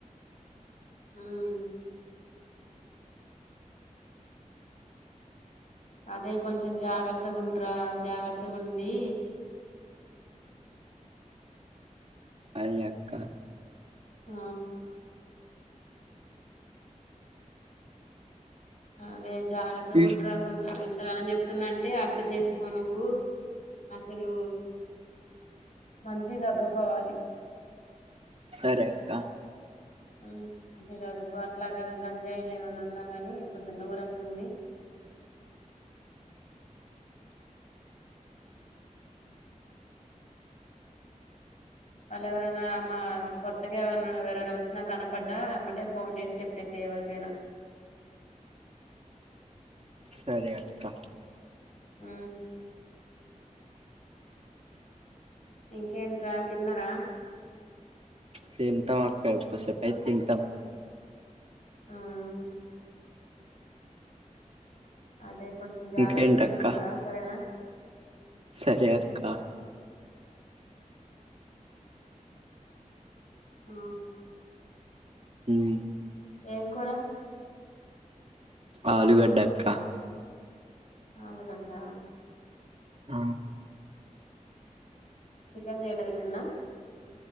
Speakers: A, on the left (about 65°); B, on the right (about 50°).
A: హ్మ్ అదే కొంచెం జాగ్రత్తగా ఉండ్రా, జాగ్రత్తగా ఉండి.
B: అయి అక్క
A: ఆ అదే జాగ్రత్తగా
B: ఉయ్,
A: ఉండరా కొంచెం ఇంతగనం చెప్తున్నా అంటే అర్ధం చేసుకో నువ్వు అసలు మంచిగ చదువుకోవాలి
B: సరే అక్క
A: మ్మ్ మంచిగ చదువుకో అట్లాగా గంజాయిలు ఏమైన్నా ఉన్నా గానీ కొంచెం దూరంగుండి వాళ్ళు ఎవరన్నా మా కొత్తగానా ఎవరన్నా వచ్చినా కనపడ్డా ఎంబటే ఫోన్ చేసి చెప్పేసే ఎవరికైనా
B: సరే అక్కా
A: ఊ ఇంకేంట్రా తిన్నారా
B: తింటాం అక్కా కోసేపు ఐతే తింటాం
A: మ్మ్ అదే కొంచెం జాగ్రత్తగా
B: ఇంకేంటక్క
A: ఉండండ్రా సరేనా
B: సరే అక్క
A: ఊ
B: ఊమ్
A: ఏం కూర
B: ఆలుగడ్డక్క
A: ఆలుగడ్డా
B: ఆ
A: చికెన్ చేయ్యలేదా నిన్న